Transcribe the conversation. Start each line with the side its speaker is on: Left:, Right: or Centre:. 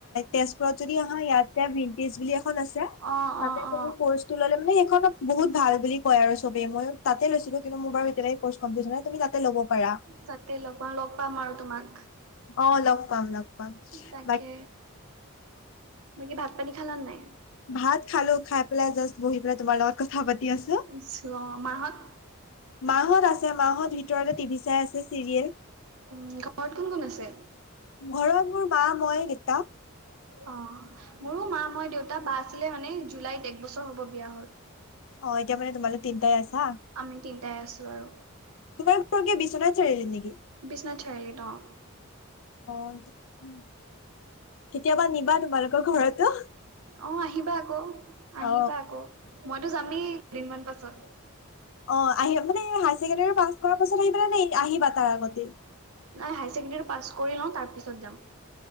Left: তেজপুৰত যদি আহা ইয়াতে ভন্টিজ বুলি এখন আছে,
Right: অ
Left: তাতে
Right: অ অ
Left: তুমি কৰ্চটো ল'লে মানে সেইখন বহুত ভাল বুলি কয় আৰু চবে, মই তাতে লৈছিলো। কিন্তু মোৰ বাৰু কৰ্চ কমপ্লিট হোৱা নাই। তুমি তাতে ল'ব পাৰা।
Right: তাতে লগ পাম, লগ পাম আৰু তোমাক।
Left: অ' লগ পাম লগ পাম।
Right: তাকে
Left: বা
Right: বাকী ভাত পানী খালানে নাই?
Left: ভাত খালো, খাই পেলাই যাষ্ট বহি পেলাই তোমাৰ লগত কথা পাতি আছো।
Right: নাই অ মাহত
Left: মাঁ হ'ত আছে, মাহ'ত ভিতৰতে টিভি চাই আছে। চিৰিয়েল
Right: উম, ঘৰত কোন কোন আছে?
Left: ঘৰত মোৰ মা মই দেতা।
Right: অ' মোৰো মা মই দেউতা বা আছিলে মানে জুলাইত এক বছৰ হব বিয়া হ'ল।
Left: অ' এতিয়া মানে তোমালোক তিন তাই আছা?
Right: আমি তিনটাই আছো আৰু
Left: তোমাৰ ঘৰ কি বিশ্বনাথ চাৰিআলিত নেকি?
Right: বিশ্বনাথ চাইআলি ত অ'
Left: অ ' কেতিয়াবা নিবা তোমালোকৰ ঘৰতো।
Right: অ' আহিবা আকৌ আহিবা
Left: অ
Right: আকৌ মইতো যামেই কেইদিনমান পাছত।
Left: অ', আহি মানে হাই ছেকেণ্ডেৰী পাছ কৰাৰ পাছত আহি পেলে নে এ, আহিবা তাৰ আগতে?
Right: নাই, হাই ছেকেণ্ডেৰীটো পাছ কৰি লওঁ তাৰ পিছত যাম।